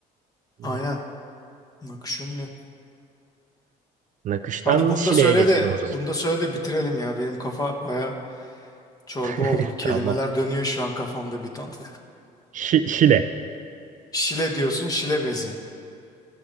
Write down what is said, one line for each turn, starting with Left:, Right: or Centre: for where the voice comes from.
Left: Aynen.
Right: Hmm.
Left: Nakış ünlü.
Right: Nakıştan
Left: Hadi bunu
Right: Şile'ye
Left: da söyle
Right: geçelim
Left: de
Right: o zaman.
Left: bunu da söyle de bitirelim ya. Benim kafa baya çorba
Right: <laughs>
Left: oldu. Bu kelimeler
Right: Tamam.
Left: dönüyor şu an kafamda bir ton. <laughs>
Right: Şi- Şile.
Left: Şile diyorsun, şile bezi.